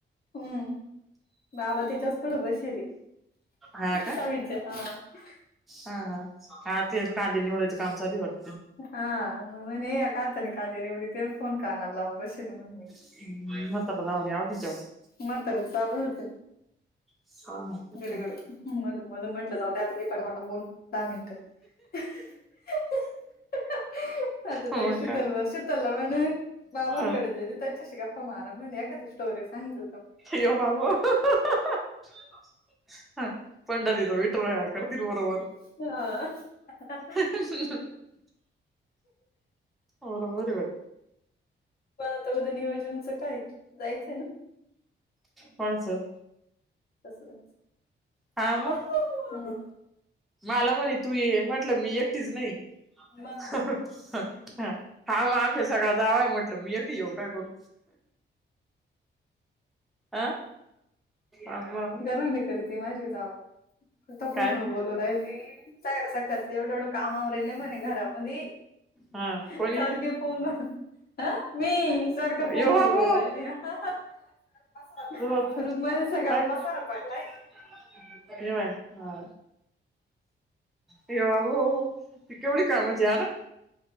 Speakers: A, on the left; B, in the centre.
A: हम्म बाबा तिच्याच पुढं बसेले
B: हा का
A: सावीच्या हा
B: हा-हा तेच कांदे निवडायचं काम चालू आहे वाट
A: हा मग म्हणे कांदे निवडतीने आणि फोन कानाला लावून बशीले म्हणे
B: <unintelligible>
A: म्हातारं चालू होत
B: तिच्यावर
A: गडगड मध मध म्हंटल जाऊ दे आता घी पटापटा बोल दहा मिनिटं <unintelligible> <unintelligible> आता
B: मग
A: ते शतलभर शीतलला म्हणे. बाबांकडे
B: काय
A: दिली त्याच्याशी गप्पा मारा म्हणे एखादी स्टोरी सांगते.
B: यो बाबो <unintelligible> ह पंढर तिचा विठुराया करतील बरोबर.
A: हा.
B: <unintelligible> बरोबराय बाई.
A: पण आता उद्या नियोजनचं काय जायचंय ना?
B: कोणाचं?
A: कस काय?
B: हा मग.
A: हम्.
B: मला म्हणे तू ये म्हटलं मी एकटीच नाही
A: मग
B: <unintelligible> हा मग आमच्या सगळं जावंय म्हटलं मी एक त येऊ काय करू. आ? अ म
A: गराणी करीती माझी जाव अता फोन
B: काय
A: वर बोलू राहिली य सकाळच एवढं एवढं. काम आवरायले म्हणे घरामध्ये
B: हा
A: सारखे
B: कोणी
A: फोन ह मी सारखं फोन
B: यो बाबू
A: व बोलू राहीली. पसारा पसारा
B: सुरत
A: रूम मध्ये सगळा
B: काय
A: पसार पडलाय.
B: <unintelligible> हा. ये बाबो ती केवढी कामच्या्य ना.